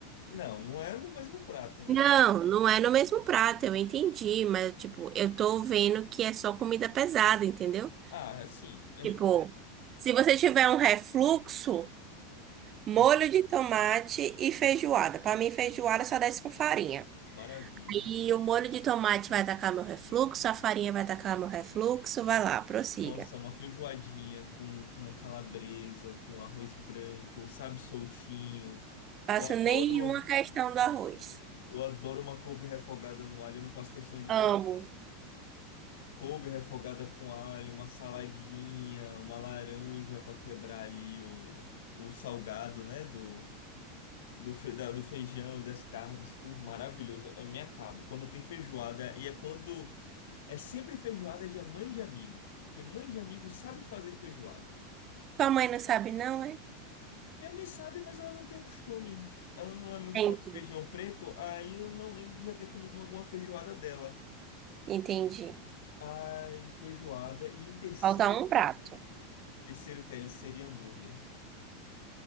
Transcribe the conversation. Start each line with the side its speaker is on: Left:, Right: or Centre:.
Left: Não, não é no mesmo prato, né?
Right: Não, não é no mesmo prato, eu entendi, mas tipo, eu tô vendo que é só comida pesada, entendeu?
Left: Ah, assim,
Right: Tipo, se você tiver um refluxo, molho
Left: <laughs>
Right: de tomate e feijoada. Pra mim, feijoada só desce com farinha.
Left: maravilha.
Right: E o molho de tomate vai atacar meu refluxo, a farinha vai atacar meu refluxo, vai lá, prossiga.
Left: Nossa, uma feijoadinha com, com uma calabresa, com arroz branco, sabe, soltinho.
Right: Faço
Left: Eu adoro,
Right: nenhuma questão do arroz.
Left: eu adoro uma couve refogada no alho, eu não faço questão de
Right: Amo.
Left: falar. Couve refogada com alho, uma saladinha, uma laranja para quebrar ali o, o salgado, né, do, do, fe, da- do feijão e das carnes. Pô, maravilhoso, eu me acabo. Quando tem feijoada, e é quando... É sempre feijoada de mãe de amigo, porque mãe de amigo sabe fazer feijoada.
Right: Sua mãe não sabe, não, é?
Left: Minha mãe sabe, mas ela não tem o costume. Ela não é muito
Right: Entendi.
Left: fã de feijão preto, aí eu não lembro de já ter comido alguma feijoada dela.
Right: Entendi.
Left: Ai, feijoada. E em terceiro,
Right: Falta um prato.
Left: terceiro que é ele seria hambúrguer.